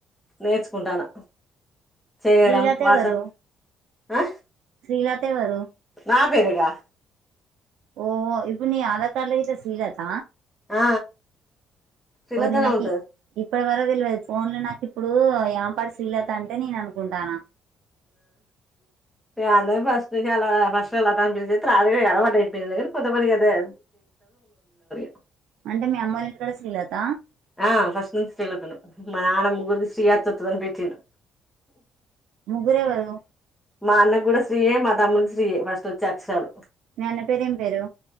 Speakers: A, in the centre; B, on the right.
A: నేర్చుకుంటాన్న చేయడం
B: శ్రీలత
A: వాట్సాప్
B: ఎవరు
A: ఆ
B: శ్రీలత ఎవరు
A: నా పెరెగా
B: ఓ ఇప్పుని ఆధార్ కార్డు ఇట్ల శ్రీలత
A: ఆ పిల్లతనం
B: ఓ నినాకి
A: ఉంటది
B: ఇప్పటి వరకు తెల్వది ఫోన్లో నాకు ఇప్పుడు ఏంపాటి శ్రీలత అంటే నేను అనుకుంటాన్న
A: చాలా ఫస్ట్ చాలా ఫస్ట్ లత అని పిలిచి <inaudible> అలవాటు అయిపోయింది కొంతమంది అది <inaudible>
B: అంటే మీ అమ్మోల్లింటికాడ శ్రీలత
A: ఆ ఫస్ట్ నుంచి శ్రీలతనే మా నాన్న ముగ్గురిని శ్రీ యతుతుందని పెట్టిండు
B: ముగ్గురు ఎవరు
A: మా అన్నకు గుడా శ్రీయే మా తమ్ముకి శ్రీయే ఫస్ట్ వచ్చే అక్షరాలు
B: మీ అన్న పేరు ఏం పేరు